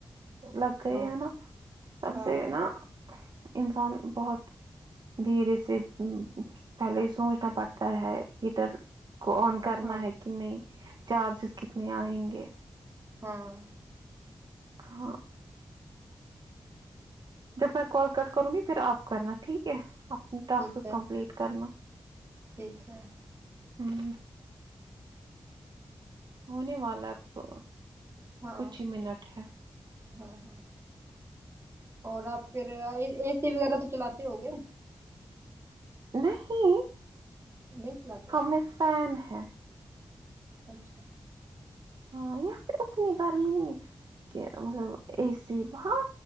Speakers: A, on the right (about 55°); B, on the right (about 30°).
A: لگ گئے
B: ہاں
A: ہے نا تب
B: ہاں
A: سے
B: ہاں
A: ہے نا انسان بہت دھیرے سے پہلے ہی سوچنا پڑتا ہے ہیٹر کو آن کرنا
B: ہاں
A: ہے کہ نہیں چارجز کتنے آئیں گے
B: ہمم
A: ہاں جب میں کال کٹ کروں گی پھر آپ کرنا ٹھیک ہے اپنے ٹاسکس
B: ٹھیک ہے
A: کمپلیٹ کرنا
B: ٹھیک ہے
A: ہمم ہونے والا اب تو
B: ہاں
A: کچھ ہی منٹ ہے
B: ہاں ہاں اور آپ پھر اے سی وغیرہ تو چلاتے ہو گے
A: نہیں
B: نہیں چلاتے
A: ہمیں فین ہے
B: اچھا
A: ہاں یہاں پہ اتنی گرمی نہیں ہے کہ اا اے سی ہاں